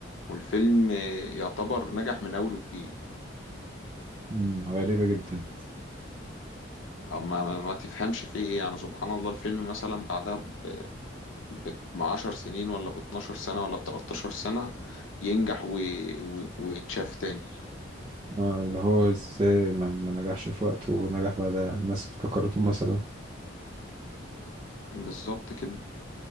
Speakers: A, on the left (about 75°); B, on the right (about 25°).
A: والفيلم يعتبر نجح من اول وجديد
B: مم، غريبة جدا
A: أو ما, ما, ما تفهمش فيه ايه يعني سبحان الله الفيلم مثلا بعدها ب ب- بعشر سنين ولا باتناشر سنة ولا بتلاتاشر سنة ينجح و- و- ويتشاف تاني
B: اه اللي هو ازاي ما, ما نجحش في وقته ونجح بعدها الناس افتكرته مثلا
A: بالظبط كده